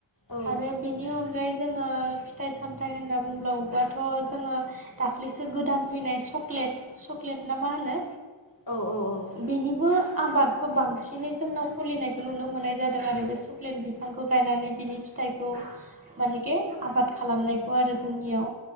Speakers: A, on the left; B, on the right.
A: औ
B: आरो बिनि अनगायै जोङो फिथाइ सामथाइ होनना बुंबावोबाथ' जोङो दाख्लैसो गोदान फैनाय सक्लेट चक्लेट ना मा होनो
A: औ औ
B: बेनिबो
A: औ
B: आबादखौ बांसिनै जोंनाव फुलिनायखौ नुनो मोननाय जादों आरो बे चक्लेट बि बिफांखौ गायनानै बिनि फिथाइखौ मानेखे आबाद खालामनायखौ आरो ज जोंनियाव